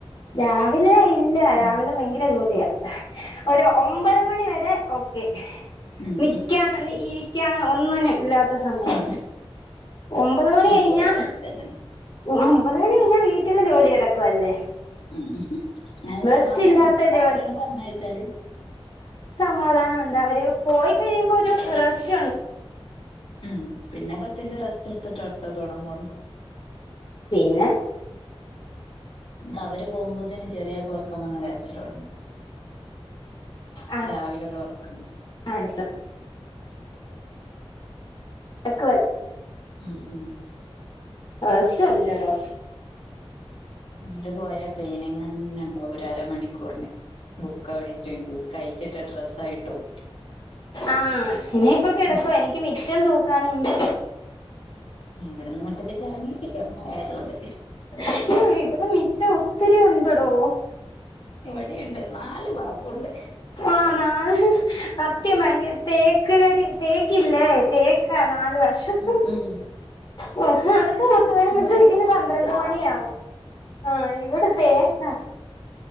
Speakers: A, on the left; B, on the left.
A: രാവിലെ ഇല്ല
B: ഉം
A: രാവിലെ ഭയങ്കര ജോലിയാ ഒരു ഒമ്പത് മണി വരെ ഓക്കെ
B: ഉം
A: നിക്കാനൊന്ന് ഇരി ക്ക്യാനോ ഒന്നിനും ഇല്ലാത്ത സമയാ
B: ഉം
A: ഒമ്പത് മണി
B: എല്ലോടത്തും
A: കഴഞ്ഞാ
B: അങ്ങനെ തന്നെയാണ്
A: ഒമ്പത് മണി കഴിഞ്ഞാൽ വീട്ടില് ജോലി കിടക്കുവല്ലേ
B: ഉം ഹ് ആ
A: റെസ്റ്റ്
B: സമാധാനണ്ട്
A: ഇല്ലാത്ത ജോലി
B: അവരെ ന്ന പറഞ്ഞയഴച്ചാല്
A: സാധാനമുണ്ട് അവര് പോയി കഴിയുമ്പോ ഒരു റെസ്റ്റ് ഉണ്ട്
B: ഉം പിന്നെ ത്തിന്റെ റസ്റ്റ് എട്ത്തിട്ട അടുത്ത തൊടങ്ങുള്ളൂ
A: പിന്നെ
B: അവര് പോകുമ്പോത്തിനി ചെറിയോക്ക് ഒറ്ക്കം വന്ന് കരചിലൊ ടങ്ങും
A: ആ
B: രാവിലെ ഒരു ഉറക്കം
A: അടുത്തത് തക്ക്വൽ
B: ഉംഉം
A: ആ സ്റ്റല്ലടോ
B: അവര് പോയാ ക്ലീനിങ െന്നണ്ടാ ഒരരമണിക്കൂർ ബുക്ക വഴിട്ട കഴിച്ചിട്ട ഡ്രസ് ഹയിട്ടും
A: ആഹ് ഇനിയിപ്പൊ കെടക്ക്വ
B: ഉം
A: എനിക്ക് മി റ്റംതൂക്കാനുണ്ട്
B: ഞ ഇവിടന്ന് മുറ്റത്തേക്ക് എറങ്ങി കിട്ടേ ർന്നു മയയ് തോ ണ്ട്
A: അയ്യോ ഇവിടെ മിറ്റം ഒത്തിരി ഉണ്ടടോ
B: ഇവിടെണ്ട് നാല് വാഗോണ്ട്
A: ആണാണ് ഹ് ഹ് സത്യം ഭയങ്കര തേക്ക് കരി തേക്കില്ലേ തേക്കാ നല് വശത്തും
B: ഉം ഉം
A: ഹ് ഹ് അതെക്കെ പൂത്ത് വരുമ്പോത്തേക്ക്ന്
B: ഇവിടെ പ്ല
A: പന്ത്രണ്ട്
B: പ്ലാവാണ്
A: മണിയാാവും ആ ഇവടെ തേക്കാ